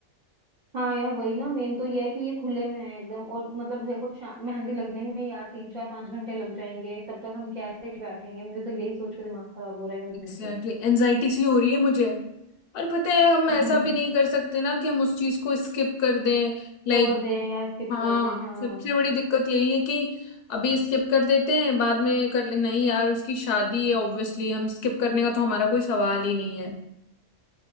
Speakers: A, on the right; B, on the left.
A: हाँ यार वही ना मेन तो ये है कि ये खुले में है एकदम और मतलब देखो शा- मेहंदी लगने में यार तीन चार पांच घंटे लग जाएंगे तब तक हम कैसे ही बैठेंगे मुझे तो यही सोच के दिमाग खराब हो रहा है
B: Exactly
A: गर्मी से
B: exactly. एनजाइटी सी हो रही है मुझे और पता है हम ऐसा
A: <laughs> हम्म।
B: भी नहीं कर सकते ना कि हम उस चीज को स्किप कर दें लाइक
A: छोड़ दें या स्किप
B: हाँ
A: कर दें हाँ
B: सबसे बड़ी दिक्कत यही है कि अभी स्किप कर देते हैं बाद में कर ले नहीं यार उसकी शादी है ऑब्वियसली हम स्किप करने का तो हमारा कोई सवाल ही नहीं है